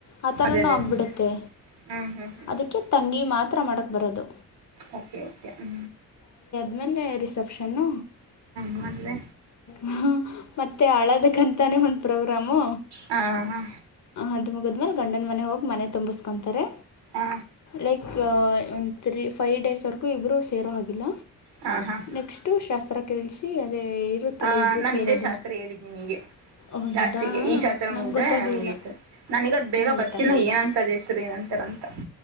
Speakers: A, on the left (about 45°); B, on the right (about 80°).
A: ಆ ಥರನೂ
B: ಅದೇ ಅದೇ
A: ಆಗ್ಬಿಡುತ್ತೆ
B: ಅದೇ ಹ್ಮ್ ಹ್ಮ್ ಹ್ಮ್
A: ಅದಕ್ಕೆ
B: ಹ್ಮ್
A: ತಂಗಿ ಮಾತ್ರ ಮಾಡಕ್ಕೆ ಬರೋದು
B: ಓಕೆ ಓಕೆ ಹೂ.
A: ಆಮೇಲೆ ರಿಸೆಪ್ಷನ್ನು.
B: ಮದುವೆ.
A: ಹ ಮತ್ತೆ ಆಳೋದಕ್ಕಂತಾನೇ ಒಂದು ಪ್ರೋಗ್ರಾಮು.
B: ಹಾ ಹಾ
A: ಅದು ಮುಗಿದ್ಮೇಲೆ ಗಂಡನ ಮನೆ ಹೋಗಿ ಮನೆ ತುಂಬಿಸ್ಕೊತಾರೆ.
B: ಹಾ
A: ಲೈಕ್ ಒಂದು ತ್ರೀ ಫೈವ್ ಡೇಸ್ವರೆಗೂ ಇಬ್ಬರು ಸೇರೋ ಆಗಿಲ್ಲ.
B: ಹಾ ಹಾ
A: ನೆಕ್ಸ್ಟ್ ಶಾಸ್ತ್ರ ಕೇಳಸಿ ಅದೇ. ಇರುತ್ತಲ್ಲ
B: ಹ
A: ಇಬ್ಬರು
B: ನಾ
A: ಸೇರೋದು
B: ಇದೇ ಶಾಸ್ತ್ರ ಹೇಳಿದನ ನಿಮೀಗೆ.
A: ಓಹ್
B: ಲಾಸ್ಟಿಗೆ
A: ಇದಾ
B: ಈ ಶಾಸ್ತ್ರ
A: ನಂಗೆ
B: ಮುಗ್ದ್ರೆ
A: ಗೊತ್ತಾಗಲಿಲ್ಲ
B: ಮುಗೀತೆ ನನಗದ್ ಬೇಗ
A: ನಂಗೆ
B: ಬರ್ತಿಲ್ಲ
A: ಗೊತ್ತಾಗಲಿಲ್ಲ
B: ಏನಂತ ಅದ್ ಹೆಸ್ರು ಏನಂತರ. ಅಂತ. <inaudible>